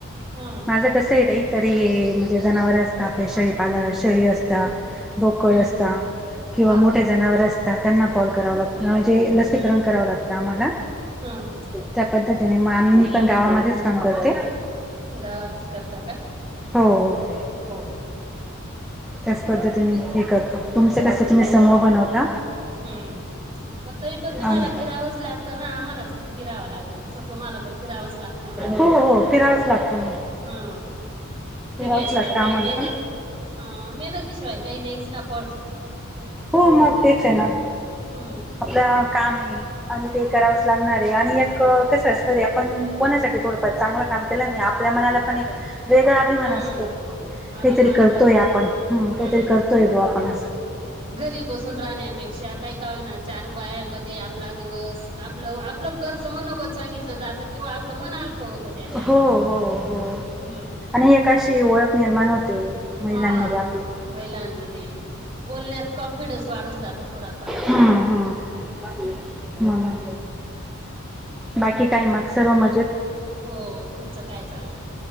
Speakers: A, on the right; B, in the centre.
A: हां.
B: माझं कसं ताई तरी म्हणजे जनावर आपले शेळी पाल शेळी असतं. बोकड
A: हम्म
B: असता किंवा
A: हा
B: मोठ्या
A: हा
B: जनावर असतं त्यांना काॅल करावं लागतं लसीकरण कराव लागत आम्हाला.
A: हा हा
B: त्या पद्धतीने मग आ मी पण गावामध्येच काम करते.
A: गावातच करता का?
B: हो <inaudible>
A: हो.
B: त्याच पद्धतीने हे करतो तुमचं कस तुम्ही समूह बनवता.
A: हम्म. मग तरी पण तुम्हाला
B: आणि
A: फिरावंच लागतं ना आम्हाला जसं फिरावं लागतं तसं तुम्हाला पण फिरावंच लागतं ना.
B: हो हो हो फिरावंच लागतं.
A: हा
B: फिरावंच
A: फिरल्याशिवाय
B: लागतं
A: काही
B: आम्हाला
A: मेहनत
B: पण
A: हा मेहनती शिवाय काही नाहीच ना पळ
B: हो मग तेच आहे ना.
A: हम्म
B: आपल्याला काम आहे. आणि ते करावंच लागणार आहे आणि एक कसं असतं रे आपण कोणासाठी थोडंफार चांगलं काम केलं नाही आपल्या मनाला पण एक वेगळा अभिमान
A: हम्म.
B: असतो, काहीतरी
A: अभिमान
B: करतोय
A: राहतो
B: आपण हम काहीतरी
A: हम्म.
B: करतोय बुवा आपण
A: घरी बसून राहण्यापेक्षा काही का होईना वाय चार बायांमध्ये आपला दिवस आपलं आपलं घरचं मनोगत सांगितलं जातं किंवा आपलं मन हलकं होतं त्याठिकाणी.
B: हो हो हो
A: हम्म
B: आणि एका अशी ओळख निर्माण होते महिलांमध्ये
A: हा
B: आपली.
A: महिलांमध्ये बोलण्यात कॉन्फिडन्स वाढून जातो. थोडापार
B: हम्म हम्म
A: हम्म.
B: म्हणून, बाकी काय मग सर्व मजेत.
A: हो तुमचं काय चाललं.